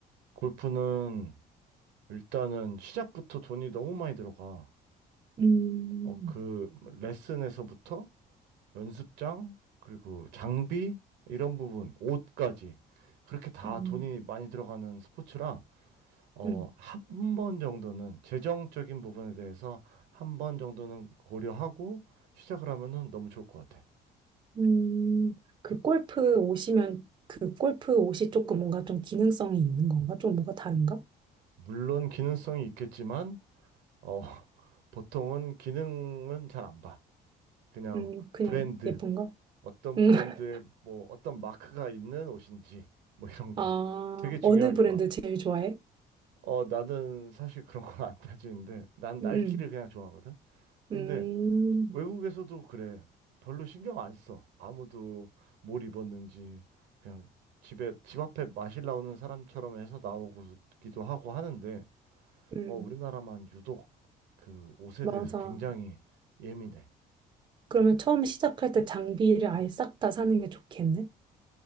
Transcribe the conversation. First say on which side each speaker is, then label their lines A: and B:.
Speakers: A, on the right; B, on the right.
A: 골프는 일단은 시작부터 돈이 너무 많이 들어가.
B: 음,
A: 어, 그 레슨에서부터 연습장, 그리고 장비, 이런 부분, 옷까지. 그렇게 다
B: 음,
A: 돈이 많이 들어가는 스포츠라, 어,
B: 음.
A: 한 번 정도는 재정적인 부분에 대해서 한번 정도는 고려하고 시작을 하면은 너무 좋을 것 같아.
B: 음, 그 골프 옷이면 그 골프 옷이 조금 뭔가 좀 기능성이 있는 건가? 좀 뭐가 다른가?
A: 물론 기능성이 있겠지만, 어, <laughs> 보통은 기능은 잘 안 봐. 그냥
B: 음, 그냥
A: 브랜드.
B: 예쁜가?
A: 어떤
B: 음,
A: 브랜드의
B: <laughs>
A: 뭐 어떤 마크가 있는 옷인지 뭐 이런 거
B: 아,
A: <laughs> 되게 중요하게
B: 어느 브랜드
A: 봐.
B: 제일 좋아해?
A: 어, 나는 사실 그런 건 안 따지는데 난 나이키를
B: 음,
A: 그냥 좋아하거든. 근데
B: 음,
A: 외국에서도 그래. 별로 신경 안 써. 아무도 뭘 입었는지 그냥 집에 집 앞에 마실 나오는 사람처럼 해서 나오기도 하고 하는데
B: 음,
A: 어, 우리나라만 유독 그 옷에
B: 맞아.
A: 대해서 굉장히 예민해.
B: 그러면 처음 시작할 때 장비를 아예 싹 다 사는 게 좋겠네?